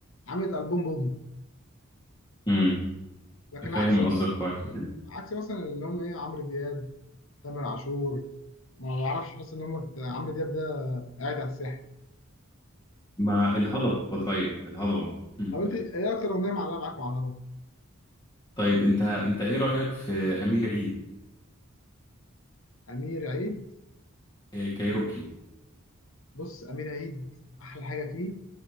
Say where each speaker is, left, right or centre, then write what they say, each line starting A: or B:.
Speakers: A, on the left; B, on the left.
A: عملت البوم بوم
B: امم
A: لكن
B: فاهم
A: عكس بقى
B: قصدك كويس
A: عكس مثلا اللي هم ايه عمرو دياب تامر عاشور ما بعرفش بحس ان هم عمرو دياب ده قاعد على الساحه
B: مع الهضبة طيب الهضبة مم.
A: طب انت ايه اكتر اغنيه معلقه معاك مع الهضبه
B: طيب انت انت ايه رأيك في امير عيد
A: امير عيد
B: إيه كايروكي
A: بص امير عيد احلى حاجه فيه